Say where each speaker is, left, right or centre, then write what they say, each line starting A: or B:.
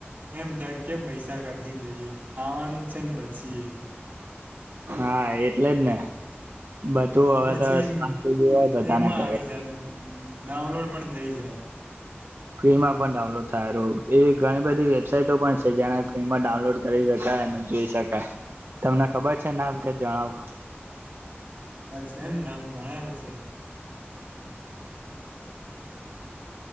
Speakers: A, on the right; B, on the right.
A: એમ થાય કેમ પૈસા ખર્ચે જઈએ આવાનું જ છે ને બચીએ.
B: હા એટલે જ ને. બધું હવે
A: પછી
B: તો સ્માર્ટ ટીવી હોય બધાના
A: એમાં
B: ઘરે
A: આવી જાય. ડાઉનલોડ પણ થઈ જાય.
B: ફ્રીમાં પણ ડાઉનલોડ થાય રહ એવી ઘણી બધી વેબસાઈટો પણ છે જેને ફ્રીમાં ડાઉનલોડ કરી શકાય અને જોઈ શકાય તમને ખબર છે નામ કે જણાવું.
A: અચછા એમ નામ ગણાય <unintelligible> <unintelligible>